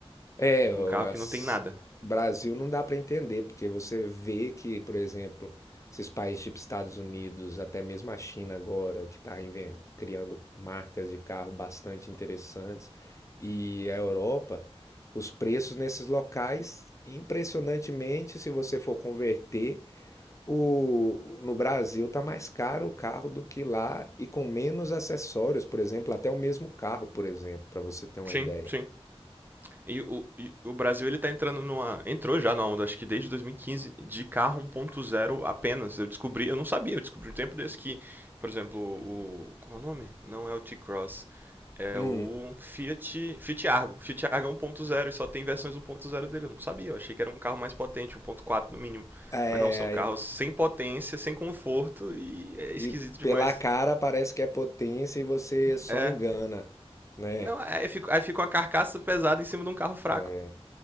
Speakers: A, on the left; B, on the right.
A: É, o
B: Um carro
A: as-
B: que não tem nada.
A: Brasil não dá para entender, porque você vê que, por exemplo, esses países tipo Estados Unidos, até mesmo a China agora, que está criando marcas de carro bastante interessantes, e a Europa, os preços nesses locais, impressionantemente, se você for converter, o, no Brasil tá mais caro o carro do que lá e com menos acessórios, por exemplo, até o mesmo carro, por exemplo, para você ter uma
B: Sim,
A: ideia.
B: sim. E o, e o Brasil ele tá entrando numa. Entrou já na onda, acho que desde 2015, de carro 1.0 apenas. Eu descobri, eu não sabia, eu descobri um tempo desse que, por exemplo, o. Qual é o nome? Não é o T-Cross. É
A: Hum,
B: o Fiat, Fiat Argo. Fiat Argo é 1.0 e só tem versões 1.0 dele. Eu não sabia, eu achei que era um carro mais potente, 1.4 no mínimo.
A: é,
B: Mas não, são carros sem potência, sem conforto e é
A: E
B: esquisito demais.
A: pela cara parece que é potência e você só
B: É.
A: engana, né?
B: Não, aí fica, aí fica uma carcaça pesada em cima de um carro fraco.
A: É.